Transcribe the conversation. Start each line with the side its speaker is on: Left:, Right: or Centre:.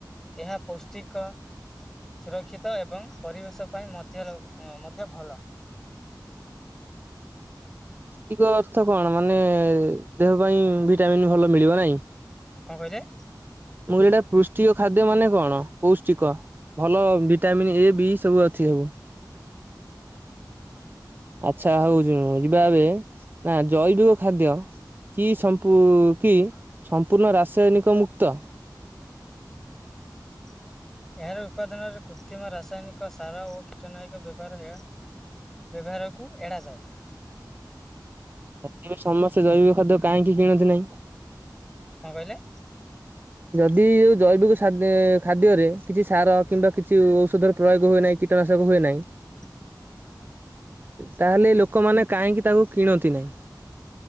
Centre: ଏହା ପୌଷ୍ଟିକ ସୁରକ୍ଷିତ ଏବଂ ପରିବେଶ ପାଇଁ ମଧ୍ୟ <unintelligible> ମଧ୍ୟ ଭଲ <inaudible>
Right: ପୁଷ୍ଟିକ ଅର୍ଥ କଣ ମାନେ ଦେହ ପାଇଁ ଭିଟାମନ୍ ଭଲ ମିଳିବ ନାହିଁ
Centre: କଣ କହିଲେ?
Right: ମୁଁ କହିଲି ଏଟା ପୃଷ୍ଟିକ ଖାଦ୍ୟ ମାନେ କଣ ପୁଷ୍ଟିକ ଭଲ ଭିଟାମିନ ଏ ବି ସବୁ ଅଛି <unintelligible> ହେବୁ ଆଚ୍ଛା ହଉଛି ଯିବା ଏବେ ନା ଜୈବିକ ଖାଦ୍ୟ କି ସମ୍ପ ଉଁ କି ସମ୍ପୂର୍ଣ୍ଣ ରାସାୟନିକ ମୁୁକ୍ତ।
Centre: <inaudible> ଏହାର ଉପାଦାନରେ କୃତ୍ରିମ ରାସାୟନିକ ସାର ଓ କୀଟନାସକ ବ୍ୟବହାର ହେଆ। ବ୍ୟବହାରକୁ ଏଡା ଯାଏ।
Right: ପ୍ରଥମେ ସମସ୍ତେ ଜୈବିକ ଖାଦ୍ୟ କାହିଁକି କିଣନ୍ତି ନାହିଁ?
Centre: କଣ କହିଲେ?
Right: ଯଦି ଏଇ ଜୈବିକ ସ୍ ଖାଦ୍ୟରେ କିଛି ସାର କିମ୍ବା କିଛି ଔଷଧର ପ୍ରୟୋଗ ହୁଏ ନାହିଁ କୀଟନାଶକ ହୁଏ ନାହିଁ।
Centre: <inaudible>
Right: ତାହେଲେ ଲୋକମାନେ କାହିଁକି ତାକୁ କିଣନ୍ତି ନାହିଁ?